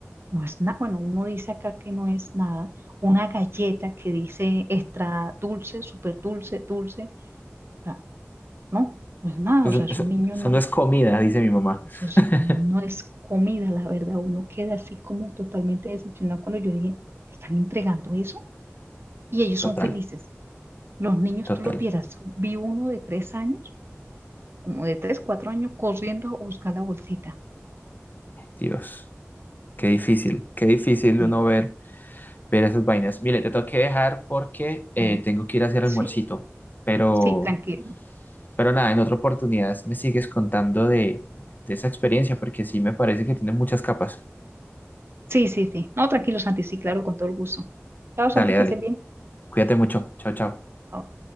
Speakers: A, on the right (about 55°); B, on the left (about 40°).
A: No es nada, bueno, uno dice acá que no es nada. Una galleta que dice extra dulce, súper dulce, dulce. o sea, no, no es nada.
B: Eso,
A: O sea, es
B: eso,
A: un niño,
B: eso
A: no.
B: no es comida, dice mi mamá.
A: Eso es-
B: <laughs>
A: no es comida, la verdad. Uno queda así como totalmente decepcionado cuando yo dije, ¿están entregando eso? Y ellos son
B: Total,
A: felices. Los niños,
B: total.
A: tú los vieras. Vi uno de tres años, como de tres, cuatro años, corriendo a buscar la bolsita.
B: Dios. Qué difícil, qué difícil
A: Sí,
B: uno ver, ver esas vainas. Mire, te tengo que dejar porque eh,
A: bueno,
B: tengo que ir a hacer
A: sí,
B: almuercito, pero,
A: sí, tranquilo.
B: pero nada, en otra oportunidad me sigues contando de, de esa experiencia porque sí me parece que tiene muchas capas.
A: Sí, sí, sí. No, tranquilo, Santi, sí, claro, con todo el gusto. Chao, Santi,
B: Dale,
A: que
B: dale,
A: estés bien.
B: cuídate mucho, chao, chao.
A: Ah,